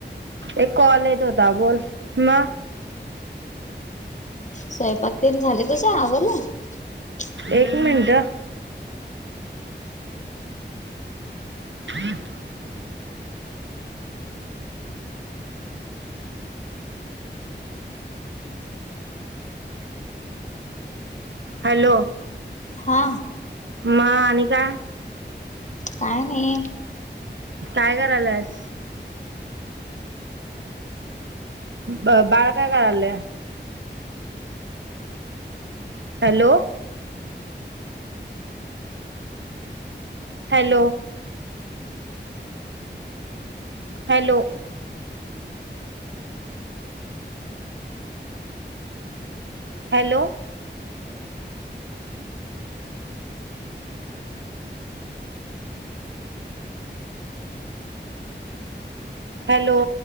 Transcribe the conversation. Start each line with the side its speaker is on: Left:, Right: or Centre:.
Right: एक कॉल येत होता बोल मग
Left: स्वयंपाक तेन झालं तुझ आवरलं तुझं? <inaudible>
Right: एक मिनटं <inaudible> हॅलो
Left: हा
Right: म आणि काय
Left: काय नाही.
Right: काय करायलास. बा बाळ काय करायल hello hello hello hello hello